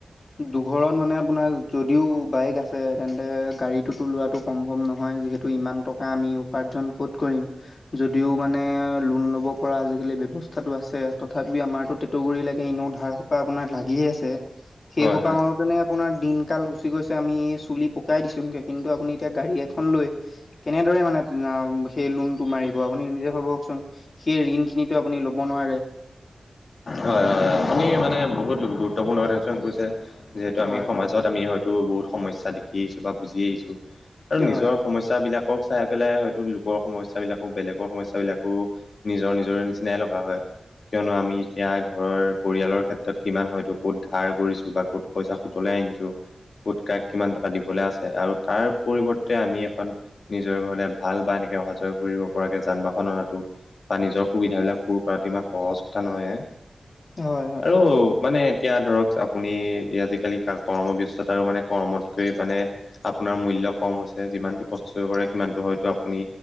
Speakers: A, on the left (about 50°); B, on the left (about 65°).
A: দুঘৰত মানে আপোনাৰ যদিওঁ বাইক আছে তেন্তে গাড়ীটোতো লোৱাটো সম্ভৱ নহয় যিহেতু। তো ইমান টকা আমি উপাৰ্জন ক'ত কৰিম। যদিও মানে লোন ল'ব পৰা আজিকালি ব্যয়ৱস্থাটো আছে তথাপি আমাৰোতো টুগুৰিলৈকে এনেও ধাৰ সোপা আপোনাৰ লাগিয়ে আছে, সেই
B: হয়
A: সোপা
B: হয়।
A: মানত যেনে আপোনাৰ দিনকাল গুচি গৈছে, আমি এই চুলি পকাই দিছোগে, কিন্তু আপুনি এতিয়া গাড়ী এখন লৈ কেনেদৰে মানে সেই উম, লোনটো মাৰিব আপুনি নিজে ভাবকচোন। সেই ঋণ খিনিতো আপুনি ল'ব নোৱাৰে।
B: হয়, হয়, হয়। আপুনি মানে বহুত গুৰুত্বপূৰ্ণ কথা কিছুমান কৈছে। যিহেতু আমি
A: হয়
B: সমাজত
A: হয়
B: আমি হয়তো বহুত সমস্যা দেখি আহিছোঁ বা বুজি আহিছোঁ আৰু নিজৰ
A: হয় হয়
B: সমস্যাবিলাকক চাই পেলাই হয়তো, লোকৰ সমস্যাবিলাকো বেলেগৰ সমস্যাবিলাকো নিজৰ নিজৰে নিচিনাই লগা হয় কিয়নো আমি এতিয়া ঘৰৰ পৰিয়ালৰ ক্ষেত্ৰত কিমান হয়তো ক'ত ধাৰ কৰিছো বা ক'ত পইচা সুতলাই আনিছো। গোট ক কিমান টকা দিবলৈ আছে আৰু তাৰ পৰিৱৰ্তে আমি এখন নিজৰ ঘৰলে ভাল বা এনেকে অহা যোৱা কৰিব পৰাকৈ যান বাহন অনা বা নিজৰ সুবিধা বিলাক পূৰ কৰাতো ইমান সহজ কথা নহয় এ
A: হয় হয় হয়
B: আৰু মানে এতিয়া ধৰক আপুনি আজিকালি কৰ্মব্স্ততাৰো মানে কৰ্মতকৈ মানে আপোনাৰ মূল্য কম হৈছে যিমানটো কষ্ট কৰে সিমানটো হয়তো আপুনি